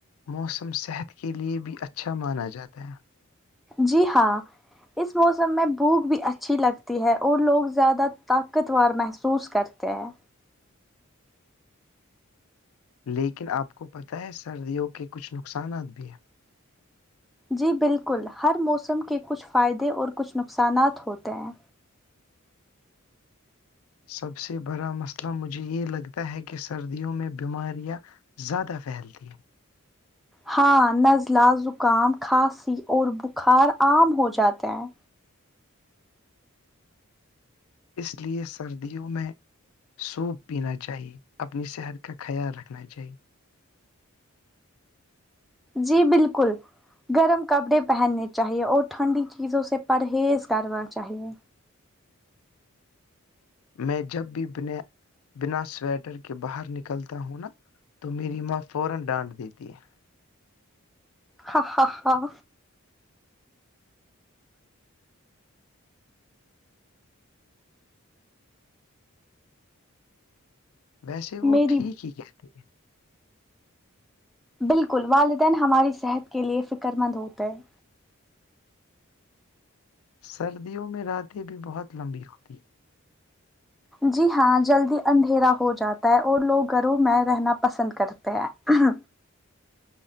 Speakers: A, on the left; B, in the centre.
A: موسم صحت کے لیے بھی اچھا مانا جاتا ہے
B: جی ہاں اس موسمیں بھوک بھی اچھی لگتیی ہے اور لوگ زیادہ طاقت ور محسوس کرتے ہیں
A: لیکن آپ کو پتہ ہے سردیوں کے کچھ نقصانات بھی ہیں
B: جی بالکل ہر موسم کے کچھ فائدے اور کچھ نقصانات ہوتے ہیں
A: سب سے بڑا مسئلہ مجھے یہ لگتا ہے کہ سردیوں میں بیماریاں زیادہ پھیلتی ہے
B: ہاں نزلہ زکام کھانسی اور بخار عام ہو جاتے ہیں
A: اس لیے سردیوں میں سوپ پینا چاہیے اپنی صحت کا خیال رکھنا چاہیے
B: جی بالکل گرم کپڑے پہننے چاہیے اور ٹھنڈی چیزوں سے پرہیز کرنا چاہیے
A: میں جب بھی بنا بنا سویٹر کے باہر نکلتا ہوں نا تو میری ماں فورا ڈانٹ دیتی ہے
B: ہاں ہا ہاں
A: ویسے وہ
B: میری
A: ٹھیک ہی کہتی ہے
B: بالکل والدین ہماری صحت کے لیے فکر مند ہوتے ہیں
A: سردیوں میں راتیں بھی بہت لمبی ہوتی ہیں
B: جی ہاں جلدی اندھیرا ہو جاتا ہے اور لوگ گھروں میں رہنا پسند کرتے ہیں